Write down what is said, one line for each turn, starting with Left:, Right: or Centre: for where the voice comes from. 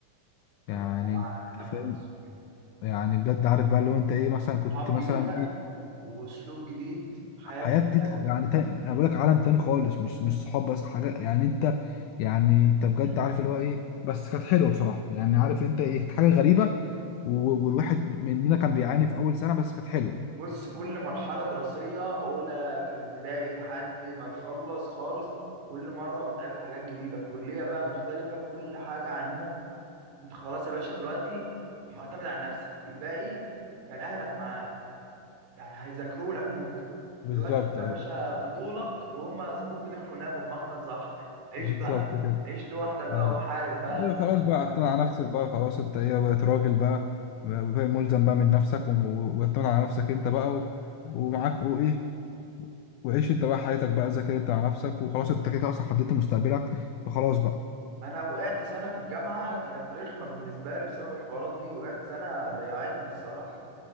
Left: يعني
Right: او طبعا
Left: انت
Right: يا
Left: فاهم
Right: نهار اسود
Left: يعني بجد عارف بقى لو انت ايه مثلا كنت
Right: صحاب
Left: مثلا
Right: جديده
Left: إيه،
Right: واسلوب جديد حياه
Left: حياة
Right: جديده
Left: جديد خ- يعني تاني انا بقول لك عالم تاني خالص مش مش صحاب بس حاجة يعني انت يعني انت بجد
Right: مم.
Left: عارف اللي هو ايه بس كانت حلوة بصراحة يعني عارف انت ايه كانت حاجة غريبة و- والواحد مننا كان بيعاني في اول سنة بس كانت حلوة
Right: بص كل مرحله دراسيه اولى في الابتدائي لحد ما تخلص خالص كل مره بتقابل حاجات جديده الكليه بقى مختلفه في كل حاجه عنهم انت خلاص يا باشا دلوقتي معتمد على نفسك الباقي كان اهلك معاك يعني هيذاكروا لك ممكن
Left: بالظبط
Right: دلوقتي انت يا
Left: ايوه
Right: باشا بطولك وهم سابوك ودخلوا ناموا بمعنى صح عيش
Left: بالظبط
Right: بقى
Left: كده
Right: عيش لوحدك بقى
Left: ايوه
Right: وحارب بقى
Left: ايوه
Right: انت
Left: خلاص
Right: في الجامعه
Left: بقى اعتمد
Right: دي
Left: على نفسك بقى خلاص انت ايه بقيت راجل بقى بقى ملزم بقى من نفسك وم- واعتمد على نفسك انت بقى و... ومعاك وايه وعيش انت بقى حياتك بقى ذاكر انت على نفسك وخلاص انت كده كده اصلا حددت مستقبلك فخلاص بقى
Right: انا وقعت سنه في الجامعه كانت رخمه بالنسبه لي بسبب الحوارات دي وقعت سنه ضيعتني الصراحه